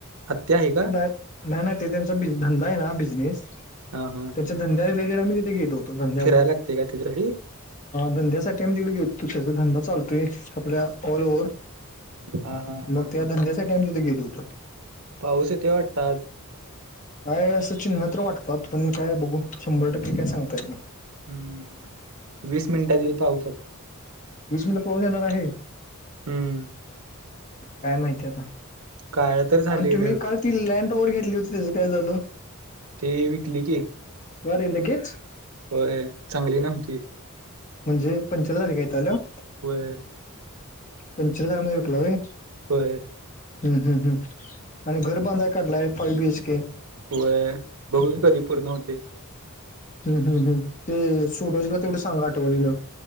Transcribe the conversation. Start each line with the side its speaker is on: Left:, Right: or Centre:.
Right: आत्या आहे का
Left: नाही नाही ते त्यांचा धंदा आहे ना बिजनेस
Right: हा हा
Left: आच्या धंद्या रिलेटेड आम्ही तिथे गेलो होतो धंद्या
Right: फिरायला लागते का त्याच्यासाठी
Left: धंद्यासाठी आमही दीड घेत तो त्याचा धंदा चालतोय आपल्या ऑल ओव्हर
Right: हा हा
Left: मग त्या
Right: हा
Left: धंद्याचा टाईम तिथे गेलं होतं
Right: पाऊस आहे ते वाटतं आज
Left: काय असं चिन्ह तर वाटतात पण काय बघू शंभर टक्के काय सांगताय
Right: हम्म वीस मिनिटात येईल पाऊस होता
Left: वीस मिनिट पाऊस येणार आहे
Right: हम्म
Left: काय माहिती आता
Right: काळ तर झाले
Left: आणि तुम्ही
Right: ढग
Left: काल ती लँड ओवर घेतली होती त्याचं काय झालं
Right: ते विकले की
Left: कारे लगेच
Right: होय चांगली नामती
Left: म्हणजे पंचर झाले काय‌ हिते आल्यावर
Right: वय
Left: पंचवीस हारमध्येध्ये रोकलाे
Right: होय
Left: हम् हम् ह् आणि घर बांधय काढलाय फाई बीएच केे
Right: होय बघू की कधी पूर्ण होते
Left: हम् हम्म हम ते सोडवजला तेवढं सांगा आठवलेलं